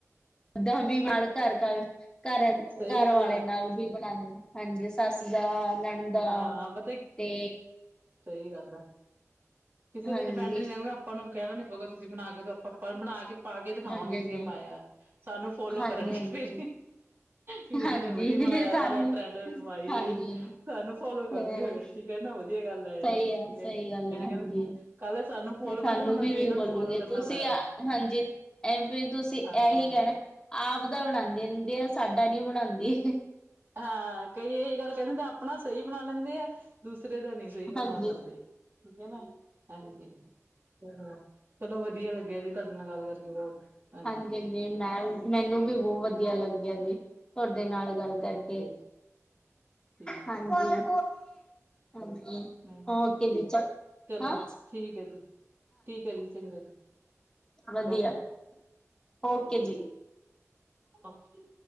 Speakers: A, on the left; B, on the right.
A: ਓਦਾਂ ਵੀ ਵਲ ਘਰ-ਘਰ
B: ਸਹੀ
A: ਘਰਵਾਲੇ
B: ਗੱਲ ਆ
A: ਨਾਲ ਬ ਬਣਾ ਦਿੰਦੇ ਹਾਂਜੀ। ਸੱਸ ਦਾ, ਨਨ ਦਾ
B: ਹਾਂ ਪਤਾ
A: ਤੇ
B: ਸਹੀ ਗੱਲ ਹੈ, ਕਿਸੇ
A: ਹਾਂਜੀ
B: ਤੇ ਡਿਪੈਂਡ ਨੀ ਰਹਿੰਦਾ। ਆਪਾਂ ਨੂੰ ਕਹਿਣਾ ਨੀ ਪਉਗਾ ਤੁਸੀਂ ਬਣਾ ਕੇ ਆਪਾਂ ਬਣਾ ਕੇ ਪਾ ਕੇ ਦਿਖਾਵਾਂਗੇ
A: ਹਾਂਜੀ
B: ਅਸੀ ਇਹ
A: ਹਾਂਜੀ
B: ਪਾਇਆ ਸਾਨੂੰ ਫੋਲੋ
A: ਹਾਂਜੀ
B: ਕਰਨਗੇ ਫੇਰ। ਵੀ ਇਹਨਾਂ
A: ਹਾਂਜੀ
B: ਨੇ ਵਧੀਆ ਬਣਾਇਆ
A: ਹਾਂਜੀ ਸਾਨੂੰ
B: ਵ ਉਹਦਾ ਟਰੈਂਡ ਪਵਾਈਏ
A: ਹਾਂਜੀ
B: ਸਾਨੂੰ ਫੋਲੋ
A: ਹਮ
B: ਕਰਨਗੇ ਫਿਰ ਠੀਕ ਹੈ ਨਾ ਵਧੀਆ ਗੱਲ। ਠੀਕ
A: ਸਹੀ ਸਹੀ
B: ਹੈ ਜੀ
A: ਗੱਲ
B: ਜਿਹੜੇ
A: ਹੈ ਹਾਂਜੀ
B: ਕਹਿੰਦੇ ਕੱਲ ਸਾਨੂੰ ਫੋਲੋ
A: ਤੇ ਸਾਨੂੰ
B: ਕਰਦੇ ਹੁਣ
A: ਵੀ
B: ਅਸੀਂ
A: ਵੀ
B: ਇਹਨਾਂ
A: ਬੋਲੂਗੇ
B: ਨੂੰ ਫੋਲੋ ਕਰਨਾ
A: ਤੁਸੀਂ
B: ਪੈਣਾ।
A: ਆ, ਹਾਂਜੀ, ਐ ਫ ਤੁਸੀਂ
B: ਹਾਂਜੀ
A: ਇਹੀ
B: ਹਾਂਜੀ
A: ਕਹਿਣਾ ਆਪ ਦਾ ਬਣਾਣਦੀ ਦਿੰਦੀ ਹੈ ਸਾਡਾ ਨੀ ਬਣਾਦੀ।
B: ਹਾਂ ਕਈ ਇਹੀ ਗੱਲ ਕਹਿੰ ਦਿੰਦੇ ਆਪਣਾ ਸਹੀ ਬਣਾ ਲੈਂਦੇ ਆ ਦੂਸਰੇ ਦਾ ਨਈ ਸਹੀ ਬਣਾ
A: ਹਾਂਜੀ
B: ਪਾਂਦੀ ਠੀਕ ਹੈ ਨਾ ਹਾਂਜੀ। ਹ ਚਲੋ ਵਧੀਆ ਲੱਗਿਆ ਜੀ ਤੁਹਾਡੇ ਨਾਲ ਗੱਲ ਕਰਕੇ ਬਹੁਤ। ਹਾਂਜੀ
A: ਹਾਂਜੀ-ਹਾਂਜੀ ਮੈਂ ਮੈਨੂੰ ਵੀ ਬਹੁਤ ਵਧੀਆ ਲੱਗਿਆ ਜੀ ਤੁਹਾਡੇ ਨਾਲ ਗੱਲ ਕਰਕੇ
B: ਅੱਛਾ ਜੀ, ਠੀਕ
A: ਹਾਂਜੀ।
B: ਹੈ ਜੀ,
A: ਹਾਂਜੀ
B: ਹਾਂ
A: ਓਕੇ ਜੀ ਚ
B: ਚਲੋ
A: ਹ
B: ਠੀਕ ਹੈ ਜੀ। ਠੀਕ ਹੈ ਜੀ, ਚੰਗਾ ਜੀ,
A: ਵਧੀਆ
B: ਓਕੇ-ਓਕੇ ਠੀਕ
A: ਓਕੇ
B: ਹੈ।
A: ਜੀ
B: ਓਕੇ।